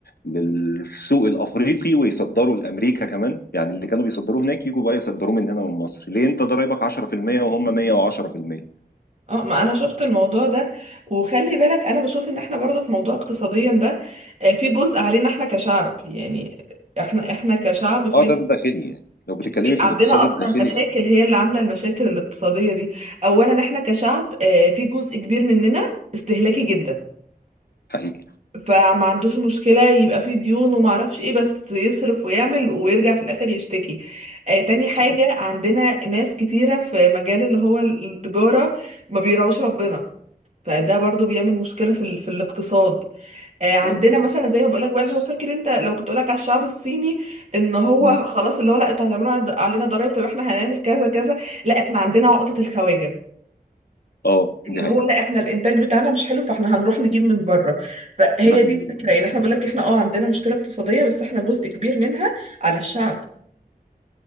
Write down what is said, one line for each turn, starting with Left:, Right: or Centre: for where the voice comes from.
Left: للسوق الافريقي ويصدروا لامريكا كمان يعني اللي كانوا بيصدروه هناك يجوا بقى يصدروه من هنا من مصر ليه انت ضرايبك 10% وهم 110%
Right: اه ما انا شفت الموضوع ده وخلي بالك انا بشوف ان احنا برضو في موضوع اقتصاديا ده آه، في جزء علينا احنا كشعب يعني احنا احنا كشعب في
Left: اه ده ده داخلي يعني لو بتتكلمي
Right: في-
Left: في
Right: عندنا
Left: الاقتصاد
Right: اصلا
Left: الداخلي
Right: مشاكل
Left: اه
Right: هي اللي عامله المشاكل الاقتصاديه دي اولا احنا كشعب آه، في جزء كبير مننا استهلاكي جدا
Left: حقيقي
Right: فما عندوش مشكلة يبقى فيه ديون وما اعرفش ايه بس يصرف ويعمل ويرجع في الاخر يشتكي آه تاني حاجة
Left: صحيح
Right: عندنا ناس كتيرة في مجال اللي هو التجارة ما بيراعوش ربنا فده برضو بيعمل مشكلة في, ال... في الاقتصاد آه عندنا
Left: أيوة.
Right: مثلا زي ما بقولك بقى اللي هو فاكر انت لما كنت بقولك على الشعب الصيني ان هو
Left: مم.
Right: خلاص اللي هو لا انتوا هتعملوا علينا ضرائب طب احنا هنعمل كذا كذا لا احنا عندنا عقدة الخواجة
Left: اه
Right: اللي
Left: دي حقيقة
Right: هو لا احنا الانتاج بتاعنا مش حلو فاحنا هنروح نجيب من بره فهي
Left: نروح
Right: دي
Left: نجيب
Right: الفكره يعني احنا بقول لك احنا اه عندنا مشكله اقتصاديه بس احنا جزء كبير منها على الشعب